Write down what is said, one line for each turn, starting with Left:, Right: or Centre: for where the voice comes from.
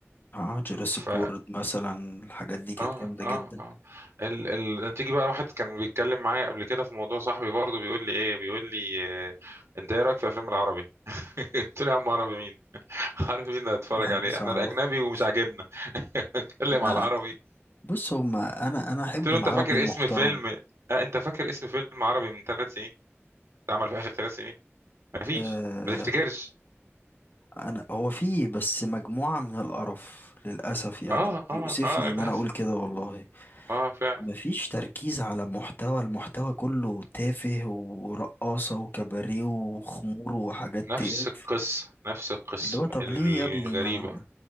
Left: اه جوراسيك
Right: ف
Left: وورد مثلا الحاجات دي كانت
Right: اه
Left: جامدة
Right: اه
Left: جدا
Right: اه ال... ال... تيجي بقى واحد كان بيتكلم معايا قبل كده في موضوع صاحبي برضه بيقول لي ايه بيقول لي آه... انت ايه رايك في الفيلم العربي <laughs> قلت له يا عم عربي مين <laughs> عربي مين اللي هتتفرج
Left: حاجة
Right: عليه
Left: صعبة
Right: احنا الاجنبي
Left: خالص.
Right: ومش عاجبنا اتكلم
Left: لا
Right: على العربي
Left: لا بص هما انا انا احب
Right: قلت له
Left: العربي
Right: انت فاكر
Left: المحترم
Right: اسم فيلم آه انت فاكر اسم فيلم عربي من ثلاث سنين اتعمل في اخر ثلاث سنين مفيش
Left: آه
Right: ما تفتكرش
Left: انا هو فيه بس مجموعة من القرف للأسف يعني
Right: اه
Left: يؤسفني
Right: اه اه لا
Left: ان انا اقول كده والله
Right: اه فعلا
Left: مفيش تركيز على محتوى المحتوى كله تافه ورقاصة وكباريه وخمور وحاجات
Right: نفس
Left: تقرف
Right: القصة نفس القصة
Left: اللي هو طب
Right: الغريبة
Left: ليه يا ابني ما